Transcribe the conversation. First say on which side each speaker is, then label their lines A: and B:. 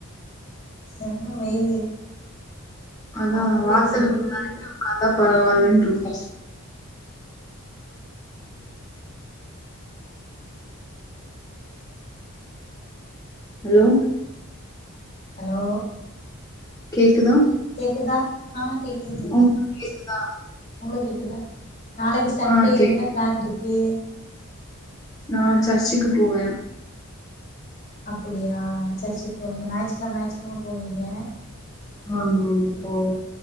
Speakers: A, on the left; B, on the left.
A: செம்ம வெயிலு
B: அதா
A: அப்டி
B: வாசலுக்கு
A: ஒரு வெயிலு
B: முன்னாடி போய் உட்காந்தா பரவாயில்ன்ருக்கு ஹலோ
A: ஹலோ
B: கேக்குதா
A: கேக்குதா ஆ கேக்குது தோழி,
B: உங்களுக்கு கேக்குதா?
A: உங்களுக்கு கே க்குதா நாளைக்கு சண்டே
B: ஆ கேக்குது.
A: என்ன பிளான் இருக்கு
B: நா சர்ச்சுக்கு போவே
A: அப்படியா சர்ச்சுக்கு போவீங்களா ஞாயிற்றுக்ழம ஞாயிற்றுக்ழம போவீங்க
B: ஆமாமா போவோ